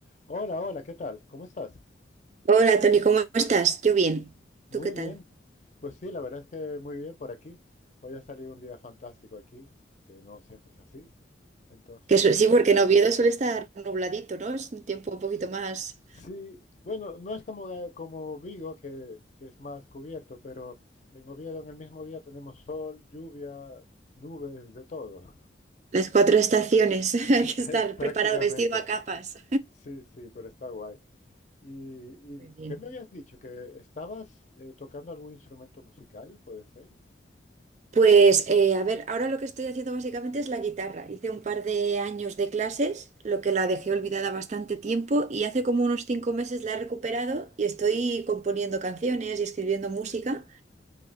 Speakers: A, on the left; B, on the right.
A: Hola, hola, ¿qué tal? ¿Cómo estás?
B: Hola Tony, ¿cómo estás? Yo bien.
A: Muy
B: ¿Tú qué tal?
A: bien. Pues sí, la verdad es que muy bien por aquí. Hoy ha salido un día fantástico aquí, que no siempre es así. Entonces,
B: Que su- sí, porque en Oviedo suele estar nubladito, ¿no? Es un tiempo un poquito más.
A: sí, bueno, no es como, Ga- como Vigo, que, que es más cubierto, pero en Oviedo en el mismo día tenemos sol, lluvia, nubes, de todo.
B: Las cuatro estaciones. <laughs> Hay
A: <laughs>
B: que estar
A: Eh, Prácticamente.
B: preparado, vestido a capas.
A: Sí, sí, pero está guay. ¿Y, y
B: Muy bien.
A: qué me habías dicho? ¿Que estabas eh, tocando algún instrumento musical, puede ser?
B: Pues eh, a ver, ahora lo que estoy haciendo básicamente es la guitarra. Hice un par de años de clases, lo que la dejé olvidada bastante tiempo y hace como unos cinco meses la he recuperado y estoy componiendo canciones y escribiendo música.